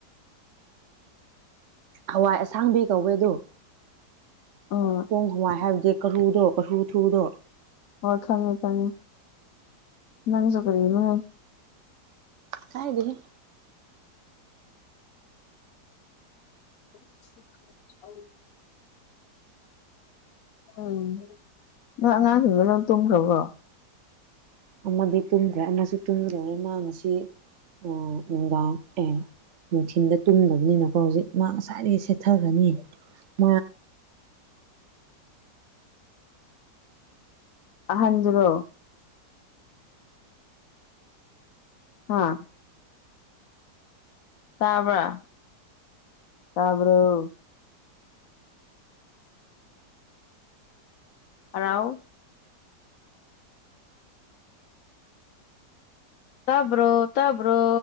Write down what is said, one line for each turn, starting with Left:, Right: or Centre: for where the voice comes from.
Right: ꯍꯋꯥꯏ ꯑꯁꯥꯡꯕꯤ ꯀꯧꯋꯦ ꯑꯗꯨ
Left: ꯑꯣ
Right: ꯄꯣꯡ ꯍꯋꯥꯏ ꯍꯥꯏꯕꯗꯤ ꯀꯔꯨꯗꯣ <unintelligible>
Left: ꯍꯣꯏ ꯈꯪꯉꯦ ꯈꯪꯉꯦ ꯅꯪꯖꯨ <unintelligible>
Right: ꯀꯥꯏꯗꯒꯤ
Left: <unintelligible> ꯎꯝ ꯅꯣꯏ ꯑꯉꯥꯡꯁꯤꯡꯗꯣ ꯂꯣꯏ ꯇꯨꯝꯈ꯭ꯔꯕ꯭ꯔꯣ
Right: ꯑꯃꯗꯤ ꯇꯨꯝꯈ꯭ꯔꯦ ꯑꯃꯁꯨ ꯇꯨꯝꯈ꯭ꯔꯕ ꯃꯥ ꯉꯁꯤ ꯑꯥ ꯅꯨꯡꯗꯥꯡ ꯑꯦ ꯅꯨꯡꯊꯤꯟꯗ ꯇꯨꯝꯗꯕꯅꯤꯅꯀꯣ ꯍꯧꯖꯤꯛ ꯃꯥ ꯉꯁꯥꯏꯗꯒꯤ ꯁꯦꯠꯊꯈ꯭ꯔꯅꯤ ꯃꯥ
Left: ꯑꯍꯟꯗꯨꯔꯣ ꯍꯥ ꯇꯥꯕ꯭ꯔꯥ ꯇꯥꯕ꯭ꯔꯣ ꯑꯔꯥꯎ ꯇꯥꯕ꯭ꯔꯣ ꯇꯥꯕ꯭ꯔꯣ